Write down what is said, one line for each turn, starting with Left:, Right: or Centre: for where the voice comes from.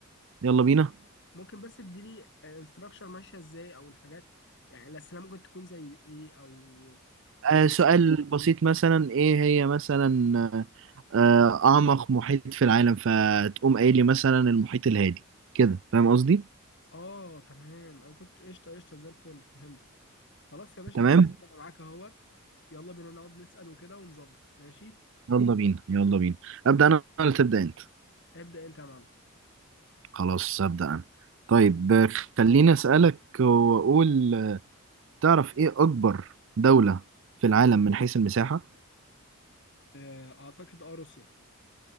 Right: يلا بينا
Left: ممكن بس تديلي انستراكشر ماشيه ازاي او الحاجات يعني الاسئله ممكن تكون زي ايه او و
Right: آه، سؤال بسيط مثلا ايه هي مثلا آه، آه، اعمق محيط في العالم فتقوم قايل لي مثلا المحيط الهادي كده فاهم قصدي
Left: اه تمام انا كنت قشطه قشطه زي الفل فهمتك خلاص يا باشا
Right: تمام
Left: نشوف انا معاك اهوت يلا بينا نقعد نسال وكده ونظبط ماشي
Right: يلا بينا يلا بينا ابدا انا ولا تبدا انت
Left: ابدا انت يا معلم
Right: خلاص ابدا انا طيب آه، خليني اسالك واقول آه، تعرف ايه اكبر دولة في العالم من حيث المساحة
Left: آه، اعتقد اه روسيا